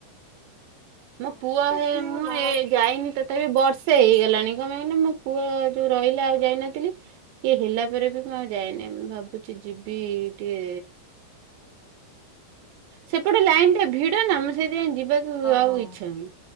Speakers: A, on the right (about 45°); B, on the left (about 30°).
A: ମୋ
B: ହଁ
A: ପୁଅ
B: ପୁରା
A: ହେ
B: ସିଏ
A: ମୁଁ
B: ଗୋଟେ ମହା
A: ଏଇ ଯାଇନି ତଥାପି ବର୍ଷେ ହେଇଗଲାଣି କଣ ପାଇଁ କହିଲେ ମୋ ପୁଅ ଯଉ ରହିଲା ଆଉ ଯାଇନଥିଲି କି ହେଲା ପରେ ବି ମୁଁ ଆଉ ଯାଇନି ମୁଁ ଭାବୁଚି ଯିବି ଟିକେ ସେପଟେ ଲାଇନ୍ ଟା ଭିଡ ନା ଆମେ ସେଇଥିପାଇଁ ଯିବାକୁ ଆଉ
B: ହଁ
A: ଇଚ୍ଛା ହଉନି।